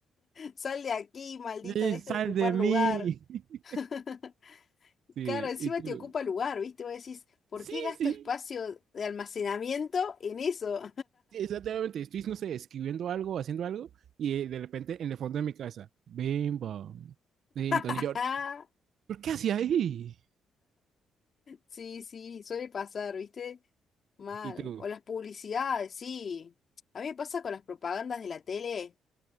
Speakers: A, on the left; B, on the right.
A: sal de aquí, maldita,
B: Liz,
A: deja
B: sal
A: de ocupar
B: de
A: lugar.
B: mí. <laughs>
A: <laughs>
B: Sí,
A: Claro, encima
B: y tú.
A: te ocupa lugar, ¿viste? Vos decís, ¿por
B: Sí,
A: qué gasto
B: sí,
A: espacio de almacenamiento en eso?
B: exactamente. Estoy, no sé, escribiendo algo, haciendo algo, y eh, de repente en el fondo de mi cabeza, bim, bam. Y Entonces
A: <laughs>
B: yo, ¿por qué hacía ahí?
A: Sí, sí, suele pasar, ¿viste? Mal.
B: Y tú,
A: O las publicidades, sí. A mí me pasa con las propagandas de la tele.